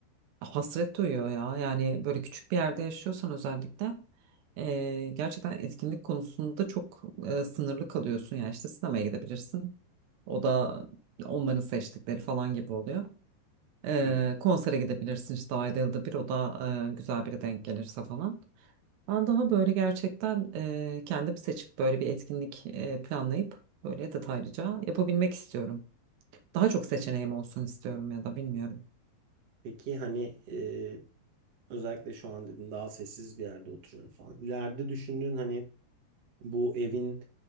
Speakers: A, on the right (about 75°); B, on the right (about 65°).
A: hasret duyuyor ya. Yani böyle küçük bir yerde yaşıyorsan özellikle e, gerçekten etkinlik konusunda çok e, sınırlı kalıyorsun. Yani işte sinemaya gidebilirsin. O da onların seçtikleri falan gibi oluyor. E,
B: Evet.
A: konsere gidebilirsin işte ayda yılda bir o da e, güzel biri denk gelirse falan. Ben daha böyle gerçekten e, kendim seçip böyle bir etkinlik e, planlayıp böyle detaylıca yapabilmek istiyorum. Daha çok seçeneğim olsun istiyorum ya da bilmiyorum.
B: Peki hani e, özellikle şu an dedin daha sessiz bir yerde oturuyorum falan. İleride düşündüğün hani bu evin